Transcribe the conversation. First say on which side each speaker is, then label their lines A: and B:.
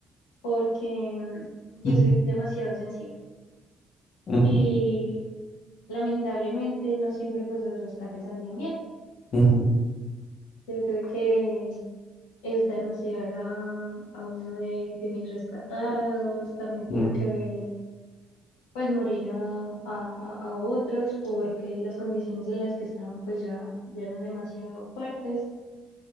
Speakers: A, on the left; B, on the left.
A: porque mm, yo
B: Ujú,
A: soy demasiado sensible
B: ujú,
A: y lamentablemente no siempre pues los rescates salían bien.
B: ujú,
A: Yo tuve que eutanasiar a, a uno de, de mis rescatados, también tuve
B: ujú.
A: que ver, pues morir a, a- a- a otros porque las condiciones en las que estaban pues ya, ya eran demasiado fuertes.